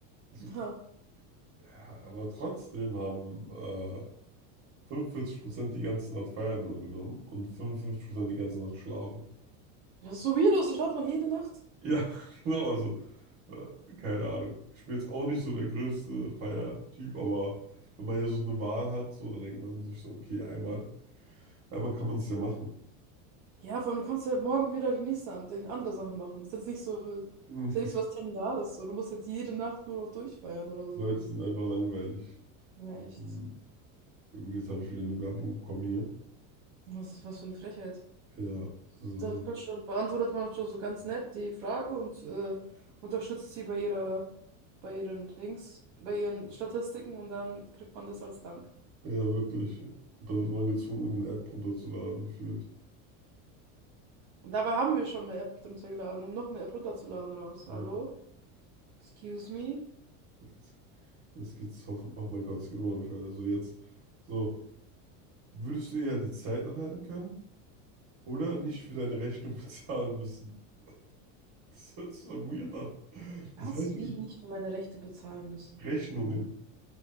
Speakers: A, on the right (about 40°); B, on the right (about 60°).
A: Also,
B: <laughs>
A: ja, aber trotzdem haben äh, 45% die ganze Nacht feiern nur genommen und 55% die ganze Nacht schlafen.
B: Ja, das ist so weird aus. Ich schlafe noch jede Nacht.
A: Ja, <laughs> genau, also äh, keine Ahnung. Ich bin jetzt auch nicht so der größte Feiertyp, aber wenn man ja so eine Wahl hat, so, dann denkt man sich so, okay, einmal, einmal kann man es ja machen.
B: Ja, vor allem, du kannst ja morgen wieder die nächste an- die andere Sache machen. Das ist jetzt nicht so, das
A: Hm,
B: ist ja nicht so was Terminales. So. Du musst jetzt jede Nacht nur noch durchfeiern oder so.
A: die Leute sind einfach langweilig.
B: Ja, echt.
A: Ähm, ja gut, jetzt habe ich wieder eine Werbung bekommen hier.
B: Was ist was für eine Frechheit.
A: Ja, also.
B: Da wird man schon, beantwortet man schon so ganz nett die Frage und äh, unterstützt sie bei ihrer, bei ihren Dings, bei ihren Statistiken und dann kriegt man das als Dank.
A: Ja, wirklich. Und da wird man gezwungen, irgendeine App runterzuladen, gefühlt.
B: Und dabei haben wir schon eine App runtergeladen, um noch eine App runterzuladen raus.
A: Ja,
B: Hallo? Excuse me?
A: jetzt, jetzt geht's hoffentlich. Oh mein Gott, es geht immer noch nicht weiter. So, jetzt. So, würdest du eher die Zeit anhalten können oder nicht für deine Rechnung <laughs> bezahlen müssen? Das hört sich so weird an.
B: Was?
A: Das heißt,
B: Wie?
A: ja, du-
B: Nicht für meine Rechte bezahlen müssen.
A: Rechnungen.